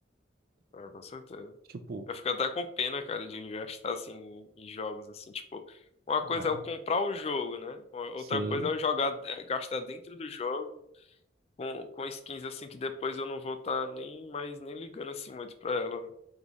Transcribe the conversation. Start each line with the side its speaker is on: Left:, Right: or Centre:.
Left: Ah, com certeza.
Right: Tipo,
Left: Eu fico até com pena, cara, de gastar assim em jogos assim, tipo, uma coisa
Right: ah,
Left: é eu comprar o jogo, né? Outra
Right: sim.
Left: coisa é eu jogar, é, gastar dentro do jogo com, com skins assim que depois eu não vou estar nem mais nem ligando assim muito pra ela, né?